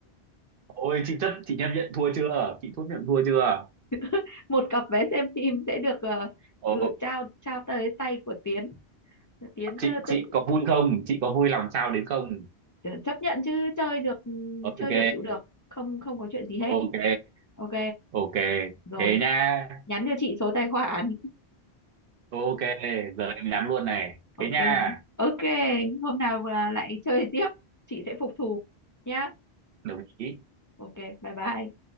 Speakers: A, on the right (about 65°); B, on the left (about 30°).
A: Ôi chị chấp chị chấp nhận thua chưa? Chị thua nhận thua chưa?
B: <laughs> một cặp vé xem phim sẽ được ờ,
A: Ờ,
B: ừ, trao trao tới tay của Tiến Tiến ờ,
A: chị
B: tự
A: chị có vui không? Chị có vui lòng sao đến không?
B: ờ, chấp nhận chứ chơi được ừ,
A: Ok,
B: chơi được chịu được không không có chuyện gì hết
A: ok,
B: ok
A: ok.
B: rồi
A: Thế nha.
B: nhắn cho chị số tài khoản
A: Ok, giờ em nhắn luôn này. Thế
B: ok
A: nha.
B: nhé ok hôm nào là lại chơi tiếp chị sẽ phục thù nhá
A: Đồng ý.
B: ok bye bye